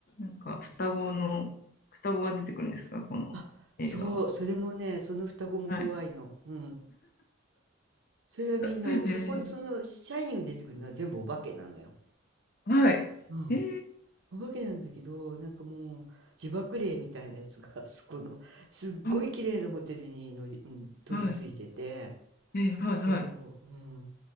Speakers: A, on the left; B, on the right.
A: んか双子の、
B: あと、
A: 双子が出てくるんですか、この映画は。
B: あ、そう、それもね、その双子も怖いの。
A: はい。
B: うん。それはみんな、
A: えー、
B: そこ、その、シャイニングに出てくるのは全部お化けなのよ。
A: はい。
B: うん。
A: えー、
B: お化けなんだけど、なんかもう、自爆霊みたいなやつが、<laughs> そこの、すっごい綺麗なホテルに乗り、
A: あ
B: うん、取り付いてて、
A: はい。えー、はい、
B: そう、
A: はい。
B: うん。